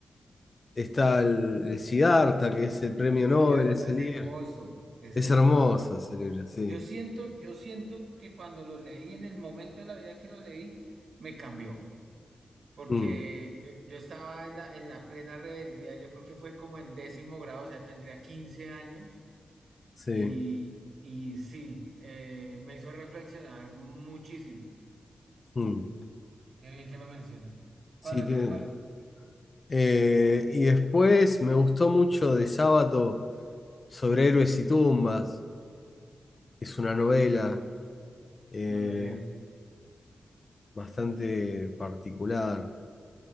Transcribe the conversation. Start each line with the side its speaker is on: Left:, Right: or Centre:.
Left: está el, el Siddhartha, que es el premio
Right: Siddhartha
Left: Nobel, ese
Right: es
Left: libro.
Right: hermoso, es
Left: Es
Right: hermoso.
Left: hermoso ese libro, sí.
Right: Yo siento, yo siento que cuando lo leí, en el momento de la vida que lo leí, me cambió, porque
Left: Mm,
Right: yo, yo estaba en la, en la plena rebeldía, yo creo que fue como en décimo grado, o sea, tendría 15 años
Left: sí.
Right: y, y sí, eh, me hizo reflexionar muchísimo.
Left: mm.
Right: Mm, qué bien que lo mencionas.
Left: Sí,
Right: ¿Cuál otro?
Left: tiene.
Right: ¿Cuál otro?
Left: Eh, y después me gustó mucho de Sábato sobre héroes y tumbas. Es una novela.
Right: Mm,
Left: eh,
Right: no lo he leído.
Left: bastante particular.